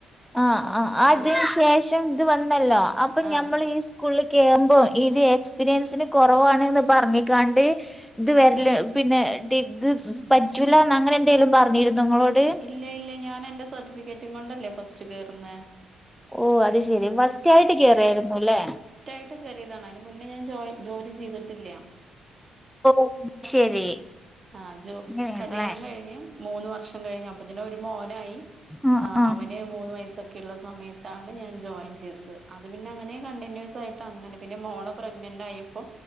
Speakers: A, in the centre; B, on the right (about 35°).
A: ആ ആ അതിന്
B: ആഹ്
A: ശേഷം ഇത് വന്നല്ലോ അപ്പൊ
B: ആഹ്
A: ഞമ്മൾ ഈ സ്കൂളിൽ കേറുമ്പോം ഇത് എക്സ്പീരിയൻസിന് കൊറവാണ്ന്ന് പറഞ്ഞ്കണ്ട്. ഇത് വരല്
B: ആഹ്
A: പിന്നെ ഇത് പറ്റൂലന്ന് അങ്ങനെ എന്തായാലും പറഞ്ഞിരുന്നോ നിങ്ങളോട്.
B: ഇല്ല ഇല്ല ഞാൻ എന്റെ സർട്ടിഫിക്കറ്റും കൊണ്ടല്ലേ ഫസ്റ്റ് കേയറുന്ന.
A: ഓ അത് ശെരി ഫസ്റ്റായിട്ട് കേയറിയായിരുന്നുല്ലെ?
B: ഫസ്റ്റായിട്ട് കറിയതാണ്. അതിന് മുന്നേ ഞാൻ ജോ ജോലി ചെയ്തിട്ടില്ല.
A: ഓ ശരി.
B: ആഹ ജോ
A: അങ്ങനെയാണല്ലേ
B: കല്യാണം കഴിഞ്ഞ് മൂന്ന് വർഷം കഴിഞ്ഞ് അപ്പത്തിന്ന് ഒരു മോനായി.
A: ആഹ്
B: ആ
A: ആഹ്
B: അവന് മൂന്ന് വയസ്സ്. ഒക്കെയള്ള സമയത്താണ് ഞാൻ ജോയിൻ ചെയ്തത്. അത് പിന്നെ അങ്ങനെ കണ്ടിന്യൂസ് ആയിട്ട് അങ്ങനെ പിന്നെ മോള പ്രഗ്നന്റ് ആയപ്പോ